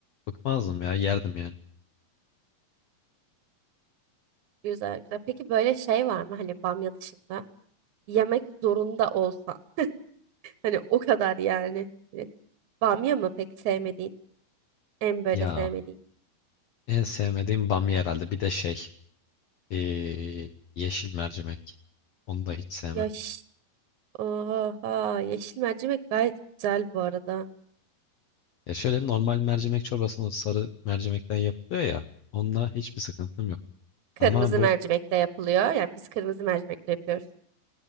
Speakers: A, on the left; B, on the right.
A: bıkmazdım ya, yerdim yani.
B: Güzel güzel. Peki böyle şey var mı hani bamya dışında yemek zorunda olsan <laughs> hani o kadar yani. Hani Bamya mı peki sevmediğin? En böyle
A: Ya
B: sevmediğin.
A: En sevmediğim bamya herhalde. Bir de şey eee, yeşil mercimek. Onu da hiç sevmem.
B: Yaş. Oha yeşil mercimek gayet güzel bu arada.
A: Ya şöyle normal mercimek çorbasının o sarı mercimekten yapılıyor ya. Onunla hiçbir sıkıntım yok.
B: Kırmızı
A: Ama bu
B: mercimekle yapılıyor. Yani biz kırmızı mercimekle yapıyoruz.